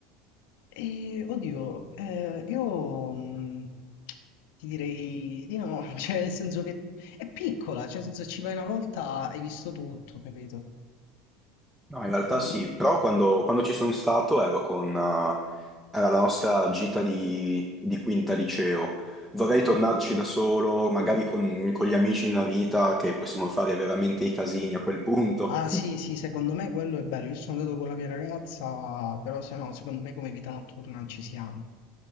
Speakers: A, on the left; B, in the centre.
A: E, oddio, eh, io mm, ti direi di no, <laughs> cioè nel senso che è piccola, cioè nel senso ci vai una volta, hai visto tutto, capito?
B: No, in realtà
A: Io...
B: sì, però quando, quando ci sono stato ero con Era la nostra gita di, di quinta liceo. Vorrei tornarci da solo, magari con, con gli amici di una vita, che possiamo fare veramente i casini a quel punto.
A: Ah sì,
B: <laughs>
A: sì, secondo me quello è bello, io sono andato con la mia ragazza, però se no, secondo me come vita notturna ci siamo,